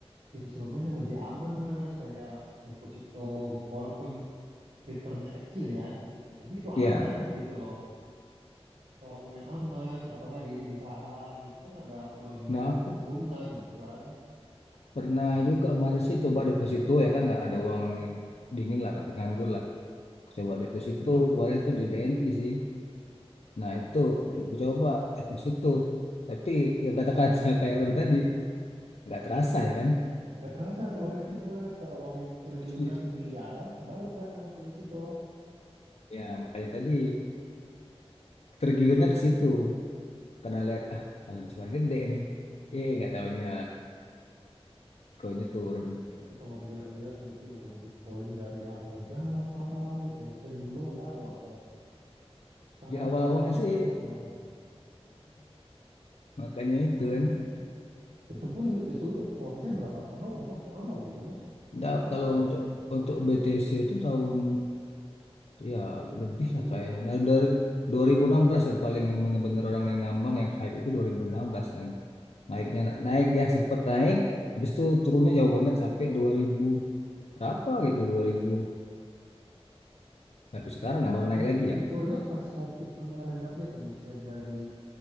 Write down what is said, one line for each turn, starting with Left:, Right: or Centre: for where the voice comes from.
Right: instrumen yang lebih aman mas kayak deposito gitu walaupun returnnya kecil ya tapi itu
Left: iya.
Right: aman gitu loh kalau main aman atau nggak di, di saham gitu kan ada pembagian
Left: Nah, aku
Right: keuntungan gitu kan
Left: Pernah juga kemarin sih coba deposito ya kan nggak ada uang dingin lah kata nganggur lah. Coba deposito kemarin tuh di BNI sih. Nah itu aku coba deposito. Tapi yang kata-kata <laughs> kayak Robi tadi nggak terasa ya kan.
Right: nggak terasa kalau yang kecil mas kalau uangnya triliunan
Left: Iya.
Right: miliaran baru kerasa mas deposito
Left: Ya makanya tadi tergiurnya ke situ karena lihat ah kalau cuma gede nih. Eh nggak tahunya koinnya
Right: Iya,
Left: turun.
Right: iya, mas tapi kalau dilihat-lihat ya itu Bitcoin dari harga berapa gitu ya seribu dolar kalau nggak salah tuh sekarang
Left: Ya awal-awalnya
Right: seratus ribu
Left: sih
Right: dolar
Left: makanya
Right: Hmm.
Left: itu kan.
Right: itu pun itu prosesnya berapa tahun mas lama loh itu mas 10
Left: Nggak,
Right: tahun
Left: kalau
Right: ada kan
Left: untuk
Right: itu
Left: untuk BTC itu tahun ya
Right: Dari-
Left: lebih
Right: 2000
Left: lah kayaknya.
Right: berapa
Left: Nah,
Right: tuh
Left: dari dua ribu enam belas yang paling yang bener-bener orang yang nambang yang hype itu dua ribu enam belas yang naiknya naik ya sempet naik habis itu turunnya jauh banget sampai 2000 berapa gitu 2000. tapi sekarang nggak baru naik
Right: It-
Left: lagi ya
Right: itu aja pas COVID kemarin aja tuh Mas ya dari